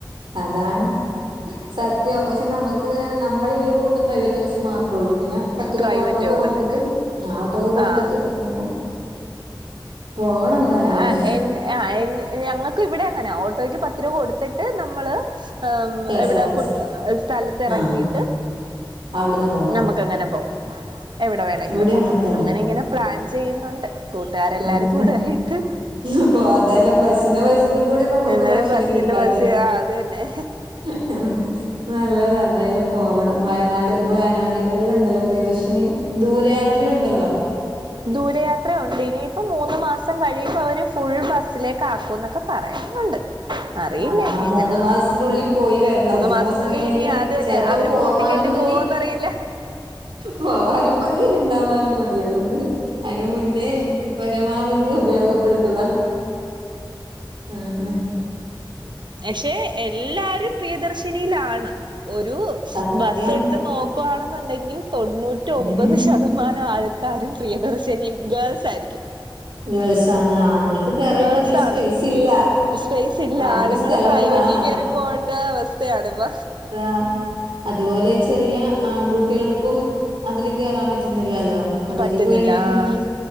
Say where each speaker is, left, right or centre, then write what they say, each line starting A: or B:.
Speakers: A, on the right (about 80°); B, on the right (about 60°).
A: അതാണ് സത്യം പക്ഷെ നമ്മക്ക് നമ്മള് ഈ റൂട്ട് പ്രൈവറ്റ് ബസ്സ് മാത്രൊള്ളൂ പിന്നെ പത്ത്
B: പ്രൈവറ്റേ
A: രൂപ ഓട്ടോക്ക്
B: ഉള്ളല്ലേ
A: കൊടുത്ത്ട്ട് ഞാൻ ഓട്ടോക്ക് കൊടുത്ത്ട്ട്
B: ആഹ്
A: അനെ പോവണം എന്തായാലും
B: ആ എൻ ആ എൻ ഞങ്ങൾക്ക് ഇവിടെം അങ്ങനാ ഓട്ടോയ്ക്ക് പത്ത് രൂപ കൊടുത്ത് ട്ട് നമ്മള് എ
A: കെ എസ്
B: എവിടെ
A: ആർ ടി
B: പുന്നാ
A: സി
B: സ്ഥലത്ത് എറങ്ങിട്ട്
A: ആഹ് അവിടുന്ന് പോണം
B: നമ്മക്ക്ങ്ങനെ പോവാം എവിടെ വേണെങ്കിലും
A: ഇവിടെയും
B: പോവാം
A: തന്നെ
B: അങ്ങനെ ഇങ്ങനെ പ്ലാൻ ചെയ്യുന്നുണ്ട് കൂ ട്ടരെല്ലാരും
A: അതന്നെ
B: കൂടെ ആയിട്ട്
A: ഇപ്പൊ എന്തായാലും ബസ്സിന്റെ പൈസക്കും കൂടി നമുക്ക്
B: ഇന്നലെ
A: ഭക്ഷണം
B: ബസ്സി
A: കഴിക്കാലോ
B: <unintelligible> ആ അത് തന്നെ
A: <inaudible> നല്ലതാ എന്താ പോവണം വയനാട് ഇപ്പോ വയനാട് എല്ലാം ഇണ്ടല്ലോ പ്രിയദർശിനി ദൂരയാത്ര ഉണ്ടല്ലോ
B: ദൂരെയാത്ര ഉണ്ട് ഇനിയിപ്പം മൂന്ന് മാസം കഴിയുമ്പോ അവര് ഫുൾ ബസ്സിലേക്ക് ആക്കും എന്നൊക്കെ പറയുന്നുണ്ട്
A: <unintelligible>
B: അറിയില്ല ഇനി എങ്ങനെയാണെന്ന്
A: മൂന്നു മാസത്തിനുള്ളിൽ പോയി വരണം മൂന്ന്
B: മാസത്തിനുള്ളിൽ
A: മാസം കഴിഞ്ഞ ഇനി
B: അത് തന്നെ
A: ചെലപ്പോ
B: അവര്
A: പോവാനും
B: പൂട്ടിക്കെട്ടി
A: മതി
B: പോവോന്നറിയില്ല
A: പോവാനും മതി ഇണ്ടാവാനും മ തി അതുകൊണ്ട് അയിന് മുന്നേ പരമാവധി ഉപയോഗപ്പെടുത്തുക ആഹാ ല്ലേ
B: പക്ഷെ എല്ലാരും പ്രിയദർശിനിയിലാണ് ഒരു
A: സത്യം
B: ബസ്സ് എടുത്ത് നോ ക്കുവണെന്നുണ്ടെങ്കിൽ തൊണ്ണൂറ്റ് ഒമ്പത്
A: ഉം
B: ശ തമാനം ആൾക്കാരും പ്രിയദർശിനിം ഗേൾസ് ആയിരിക്കും
A: ഗേൾസ് ആണ് ആണുങ്ങൾക്ക് കേറാൻ
B: ഗേൾസ്
A: ഇപ്പ അതില്
B: ആണ്
A: സ്പേസ് ഇല്ല
B: സ്പേസ് ഇല്ല
A: ആണുങ്ങൾ
B: ആണു
A: സ്ഥലം
B: ങ്ങള് പ്രൈവറ്റിൽ
A: വേ ആ
B: കേറി പോവേണ്ട അവസ്ഥയാണ് ഇപ്പ
A: ആ അതുപോലെ ചെറിയ ആൺകുട്ടികൾക്കും അതില് കേറാൻ പറ്റുന്നില്ലലോ അവര്ക്ക്
B: പറ്റുന്നില്ല
A: വേണ്ടിട്ട്
B: ആഹ്